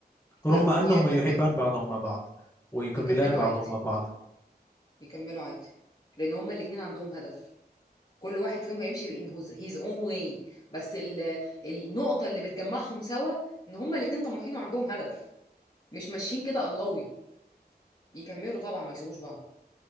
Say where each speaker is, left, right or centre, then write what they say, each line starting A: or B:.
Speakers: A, on the left; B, on the left.
A: لا
B: رغم أنهما
A: يكمل
B: يحبان بعضهما بعض ويكملان
A: يكملوا
B: بعضهما
A: عادي
B: بعض
A: يكملوا عادي لان هما الاتنين عندهم هدف كل واحد فيهم هيمشي in his his own way بس ال... النقطة اللي بتجمعهم سوا ان هما الاتنين طموحين وعندهم هدف مش ماشيين كده اللهوي يكملوا طبعا ما يسيبوش بعض